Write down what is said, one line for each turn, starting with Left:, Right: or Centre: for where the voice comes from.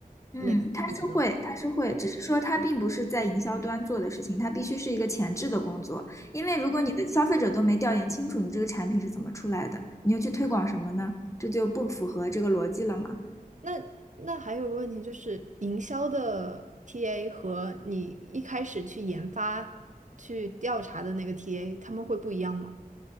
Left: 嗯，
Right: 类似的。
Left: 他是会，他是会，只是说他并不是在营销端做的事情，他必须是一个前置的工作，因为如果你的消费者都没调研清楚你这个产品是怎么出来的，你又去推广什么呢？这就不符合这个逻辑了嘛。
Right: 那那还有个问题就是，营销的 TA 和你一开始去研发、去调查的那个 TA，他们会不一样吗？